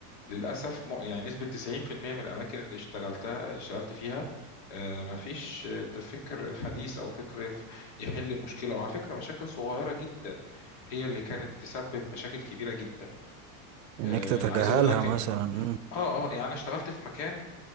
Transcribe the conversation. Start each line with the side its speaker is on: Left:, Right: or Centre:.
Left: للأسف م- يعني نسبة 90% من الأماكن اللي اشتغلتها اللي اشتغلت فيها آه، مفيش آه، فكر حديث أو فكر ف- يحل مشكلة وعلى فكرة مشاكل صغيرة جدا هي اللي كانت تسبب مشاكل كبيرة جدا
Right: انك
Left: آه،
Right: تتجاهلها
Left: عايز أقول لك
Right: مثلا
Left: إن آه
Right: امم
Left: آه يعني أنا اشتغلت في مكان